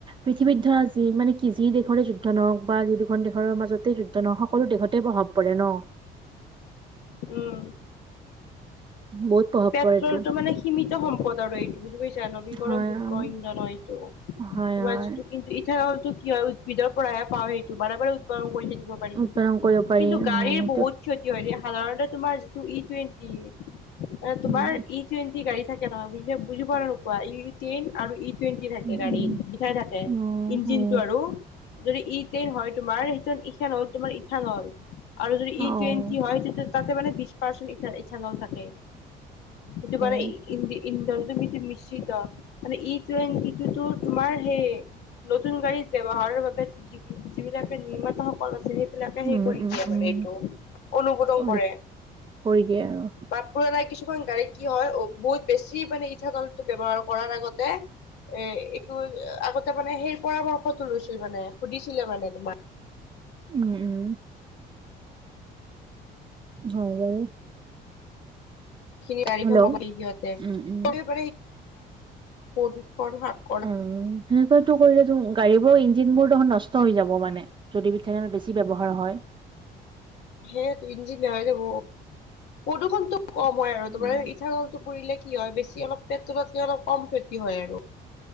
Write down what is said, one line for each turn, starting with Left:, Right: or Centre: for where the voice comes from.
Right: পৃথিৱীত ধৰা যি মানে, কি যি দেশৰে যুদ্ধ নহওক বা যি দুখন দেশৰ মাজতেই যুদ্ধ নহওক সকলো দেশতেই প্ৰভাৱ পৰে ন।
Left: উম।
Right: বহুত প্ৰভাৱ
Left: পেট্ৰ'লটো
Right: পৰেতো
Left: মানে সীমিত সম্পদ আৰু এইটো বুজি পাইছা, নবীকৰণযোগ্য
Right: হয় অ
Left: ইন্ধনৰ এইটো
Right: হয়। হয়
Left: যিটো কিন্তু ইথানলটো কি হয়, উদ্ভিদৰ পৰাহে পাওঁ। সেইটো বাৰে বাৰে উৎপাদন কৰি থাকিব পাৰি,
Right: উৎপাদন কৰিব পাৰি
Left: কিন্তু
Right: উম
Left: গাড়ীৰ
Right: সেইটো
Left: বহুত ক্ষতি হয় দিয়া, সাধাৰণতে তোমাৰ যিটো ই-টুৱেন্টি এ তোমাৰ
Right: উম
Left: ই টুৱেণ্টি গাড়ী থাকে নহয় বুছে বুজিব নোপোৱা ই টেইন আৰু ই টুৱেণ্টি থাকে
Right: উম উম
Left: গাড়ীত
Right: উম
Left: লিখাই থাকে
Right: অ
Left: ইঞ্জিন
Right: অ
Left: টো আৰু যদি ইটেন হয়। তোমাৰ সেই ইখান হ'ল তোমাৰ ইথান হল আৰু যদি
Right: অ
Left: ই টুৱেণ্টি হয় তেতিয়া তাতে মানে বিশ পাৰ্চেন ইথান'ল থাকে ইটো মানে
Right: অ
Left: ইন্ধন তুমি মিশ্ৰিত মানে ই টুইনটি ইটো তোমাৰ সেই নতুন গাড়ীত ব্যৱহাৰৰ বাবে যিবিলাকে নিৰ্মাত সকল আছে সেই বিলাকে
Right: উম,
Left: সেই কৰি
Right: উম,
Left: দিয়ে
Right: উম,
Left: মানে এইটো অনুমোদন
Right: কৰি
Left: কৰে
Right: কৰি দিয়ে আৰু
Left: বা পুৰণা কিছুমান গাড়ী কি হয় বহুত বেছি মানে ইঠা দলটো ব্যৱহাৰ কৰাৰ আগতে এ এইটো আগতে মানে সেই পৰামৰ্শটো লৈছিল মানে সুধিছিলে মানে তোমাৰ
Right: উম, উম। হয় বাৰু।
Left: খিন গাড়ীখন
Right: হেল্ল'
Left: বন <unintelligible> সিহতে
Right: উম, উম,
Left: কৰিব প স পধু
Right: অ', সেনেক তো কৰিলে ত গাড়ীবোৰো দিনবোৰ দেখোন নষ্ট হৈ যাব মানে যদি ইঠানল বেছি ব্যৱহাৰ হয়।
Left: সেই তো ইঞ্জিন হৈ যাব প্ৰদূষণতটো কম হয় আৰু
Right: উম।
Left: তোমাৰ ইথান'ল লে কি হয় বেছি অলপ পেট্ৰল'তকৈ অলপ কম ক্ষতি হয় আৰু